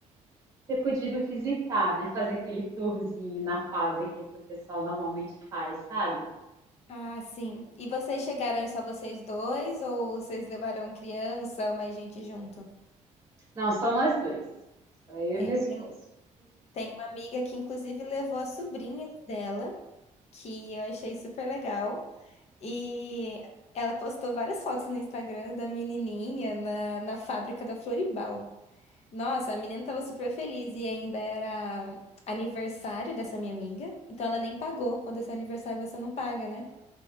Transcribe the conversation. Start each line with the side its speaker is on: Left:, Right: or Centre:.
Right: ter podido visitar, né? Fazer aquele tourzinho na fábrica que o pessoal normalmente faz, sabe?
Left: Ah, sim. E vocês chegaram aí só vocês dois ou vocês levaram criança ou mais gente junto?
Right: Não, só nós dois. Só eu
Left: É,
Right: e meu
Left: tem,
Right: esposo.
Left: tem uma amiga que inclusive levou as sobrinhas dela, que eu achei super legal. E ela postou várias fotos no Instagram da menininha na, na fábrica da Floribal. Nossa, a menina tava super feliz e ainda era aniversário dessa minha amiga. Então ela nem pagou. Quando é seu aniversário, você não paga, né?